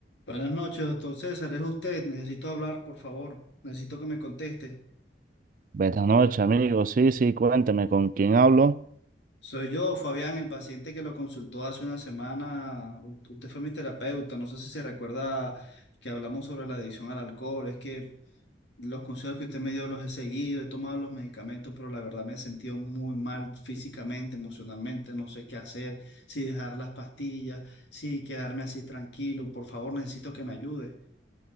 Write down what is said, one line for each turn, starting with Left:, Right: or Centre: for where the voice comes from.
Left: Buenas noches, doctor César. Es usted. Necesito hablar, por favor. Necesito que me conteste.
Right: Buenas noches, amigo. Sí, sí, cuénteme con quién hablo.
Left: Soy yo, Fabián, el paciente que lo consultó hace una semana. U- Usted fue mi terapeuta. No sé si se recuerda que hablamos sobre la adicción al alcohol. Es que los consejos que usted me dio los he seguido, he tomado los medicamentos, pero la verdad me he sentido muy mal físicamente, emocionalmente. No sé qué hacer, si dejar las pastillas, si quedarme así tranquilo. Por favor, necesito que me ayude.